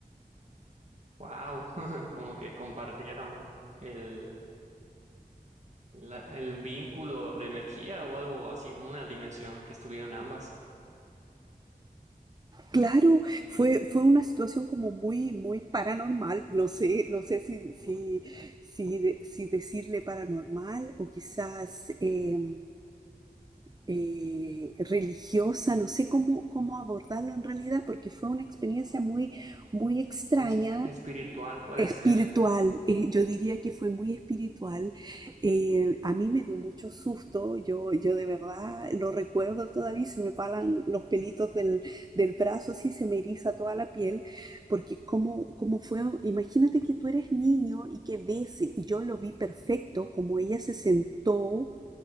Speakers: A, on the right; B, on the right.
A: <laughs> como que compartieron el, la- el vínculo de energía o algo así, como una dimensión que estuvieron ambas.
B: Claro, fue, fue una situación como muy, muy paranormal. No sé, no sé si, si, si, de- si decirle paranormal o quizás eh, eh, religiosa. No sé cómo, cómo abordarlo en realidad, porque fue una experiencia muy, muy extraña
A: Es- espiritual puede
B: Espiritual,
A: ser.
B: eh, yo diría que fue muy espiritual. Eh, a mí me dio mucho susto, yo, yo de verdad lo recuerdo todavía, se me paran los pelitos del, del brazo, así se me eriza toda la piel, porque como, como fue, imagínate que tú eres niño y que ves, y yo lo vi perfecto, como ella se sentó